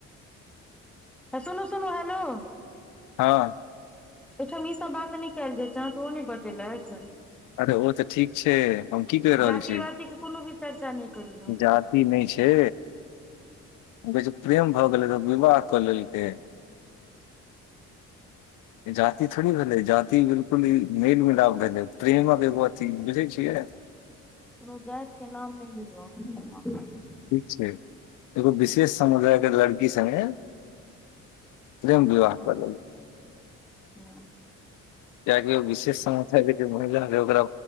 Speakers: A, in the centre; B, on the left.
A: सुनू सुनू हेलो
B: हँ
A: एहिठाम ई सब बात नहि कयल जाइ छै अहाँ कऽ ओ नहि बतेलथि
B: अरे ओ तऽ ठीक छै हम की कहि रहल
A: जाति
B: छी
A: वाति
B: जात
A: के कोनो भी चर्चा नहि करियौ
B: जाति नहि छै कहै छै प्रेम भऽ गेलै तऽ विवाह कऽ लेलकै जाति थोड़ी भेलै जाति बिल्कुल ई मेल मिलाप भेलै प्रेमक एगो अथि बुझै छियै
A: कोंनो जाति के नाम नहि भेलै
B: ठीक छै एगो विशेष समुदाय के लड़की सङ्गे प्रेम विवाह
A: हँ
B: कऽ लेलकै
A: हँ
B: कियाकि विशेष समुदाय के जे महिला रहे ओकरा